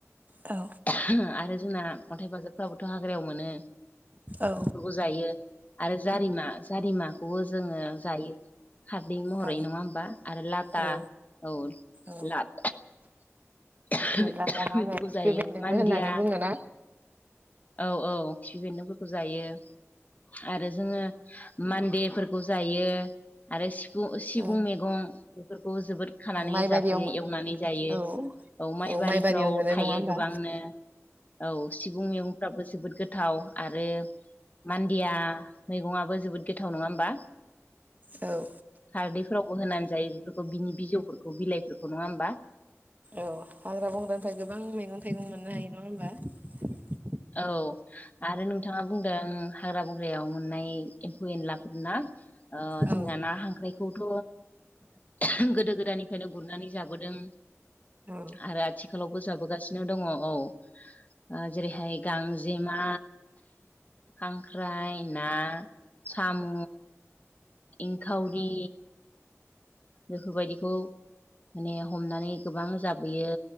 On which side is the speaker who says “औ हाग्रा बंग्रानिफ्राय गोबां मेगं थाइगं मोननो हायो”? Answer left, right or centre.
Right